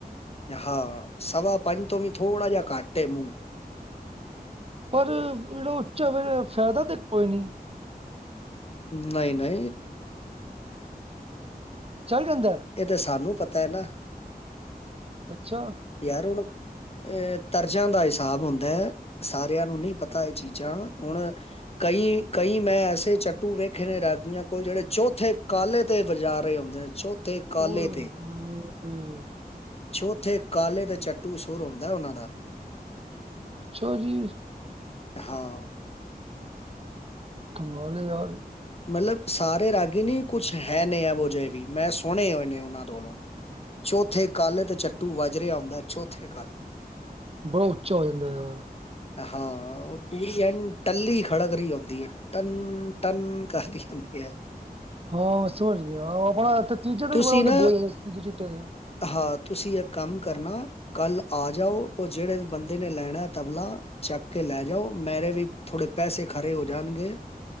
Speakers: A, on the left (about 40°); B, on the right (about 35°).
A: ਹਾਂ ਸਵਾ ਪੰਜ ਤੋਂ ਵੀ ਥੋੜਾ ਜਿਆ ਘੱਟ ਏ ਮੂੰ।
B: ਪਰ ਏਡਾ ਉੱਚਾ ਫੇਰ ਫੈਦਾ ਤੇ ਕੋਈ ਨੀ।
A: ਨਈ -ਨਈ।
B: ਚੱਲ ਜਾਂਦੈ।
A: ਏ ਤੇ ਸਾਨੂੰ ਪਤਾ ਐ ਨਾ।
B: ਅੱਛਾ।
A: ਯਾਰ ਔਣਕ ਏ ਤਰਜ਼ਾਂ ਦਾ ਹਿਸਾਬ ਹੁੰਦੈ, ਸਾਰਿਆਂ ਨੂੰ ਨਈ ਪਤਾ ਏ ਚੀਜ਼ਾਂ ਹੁਣ ਕਈ, ਕਈ ਮੈਂ ਐਸੇ ਚੱਟੂ ਵੇਖੇ ਨੇ ਰਾਗੀਆਂ ਕੋਲ ਜਿੜੇ ਚੌਥੇ ਕਾਲੇ ਤੇ ਵਜਾ ਰਏ ਹੁੰਦੇ ਨੇ ਚੌਥੇ
B: ਓਏ
A: ਕਾਲੇ ਤੇ।
B: ਹੋਏ
A: ਚੌਥੇ ਕਾਲੇ ਤੇ ਚੱਟੂ ਸੁਰ ਹੁੰਦਾ ਏ ਉਨਾਂ ਦਾ।
B: ਅੱਛਾ ਜੀ।
A: ਹਾਂ।
B: ਕਮਾਲ ਏ ਯਾਰ।
A: ਮਲਬ ਸਾਰੇ ਰਾਗੀ ਨੀ ਕੁਛ ਹੈ ਨੇ ਐਹੋ ਜੇ ਵੀ ਮੈਂ ਸੁਣੇ ਹੋਏ ਨੇ ਉਨਾਂ ਧੋ ਲੋਂ। ਚੌਥੇ ਕਾਲੇ ਤੇ ਚੱਟੂ ਵਜ ਰਿਆ ਹੂੰਦਾ ਏ ਚੌਥੇ ਕਾਲੇ।
B: ਬੌ ਉੱਚਾ ਹੋ ਜਾਂਦਾ ਏ ਯਾਰ।
A: ਹਾਂ ਓ ਪੂਰੀ ਐਨ ਟੱਲੀ ਖੜਕ ਰੀ ਹੂੰਦੀ ਏ ਟਨ-ਟਨ। ਕਰਦੀ ਹੁੰਦੀ ਏ
B: ਹਾਂ ਸਮਜ ਗਿਆ ਆਪਣਾ ਤੀਜੇ ਤੇ
A: ਤੁਸੀਂ
B: ਬੜਾ ਵਧੀਆ
A: ਨਾ
B: ਬੋਲ ਜਾਦੇ ਤੀਜੇ ਚਿੱਟੇ ਤੇ
A: ਹਾਂ ਤੁਸੀਂ ਇੱਕ ਕੰਮ ਕਰਨਾ ਕੱਲ ਆ ਜਾਓ। ਉਹ ਜਿਹੜੇ ਵੀ ਬੰਦੇ ਨੇ ਲੈਣਾ ਏ ਤਬਲਾ ਚੱਕ ਕੇ ਲੈ ਜਾਓ, ਮੇਰੇ ਵੀ ਥੋੜ੍ਹੇ ਪੈਸੇ ਖਰੇ ਹੋ ਜਾਣਗੇ।